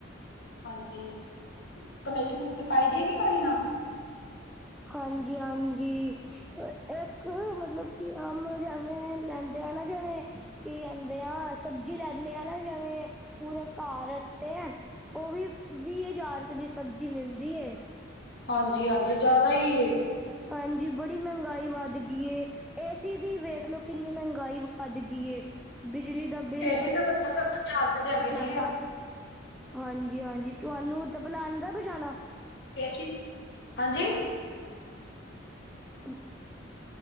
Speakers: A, on the left; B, in the centre.
A: ਹਾਂਜੀ ਕਮੇਟੀ ਕਮੁਟੀ ਪਾਈ ਦੀ ਏ ਯਾ ਕੋਈ ਨਾ?
B: ਹਾਂਜੀ ਹਾਂਜੀ। ਇੱਕ ਮਤਲਬ ਕਿ ਅਮ ਜੇਵੇ ਲੈਂਦੇ ਆ ਨਾ ਜੇਵੇ। ਕੀ ਕੇਂਦੇ ਆ ਸਬਜੀ ਲੈਨੇ ਆ ਨਾ ਜੇਵੇ ਪੂਰੇ ਘਾਰ ਅਸਤੇ। ਓਵੀ ਵੀ ਹਜਾਰ ਰੁਪੇ ਦੀ ਸਬਜੀ ਮਿਲਦੀ ਏ।
A: ਹਾਂਜੀ ਹਾਂਜੀ ਜਾਦਾ ਈ ਏ
B: ਹਾਂਜੀ ਬੜੀ ਮੈਂਗਾਈ ਵੱਧ ਗਈ ਏ ਏਸੀ ਦੀ
A: ਹਮ
B: ਵੇਖ ਲੋ ਕ ਕਿੰਨੀ ਮੈਂਗਾਈ ਵੱਧ ਗੀ ਏ ਬਿਜਲੀ ਦਾ ਬਿੱਲ
A: ਏਸੀ ਤੇ ਸੱਤਰ ਸੱਤਰ ਚਾਰ ਰੁਪੇ ਦੇ
B: ਕਿੰਨਾ
A: ਹੈਗੇ ਨੇ।
B: ਮਹਿੰਗਾ ਹਾਂਜੀ ਹਾਂਜੀ ਤੁਆਨੂੰ ਤਬਲਾ ਆਂਦਾ ਵਜਾਨਾ?
A: ਕੇਸੀ ਹਾਂਜੀ।
B: ਅ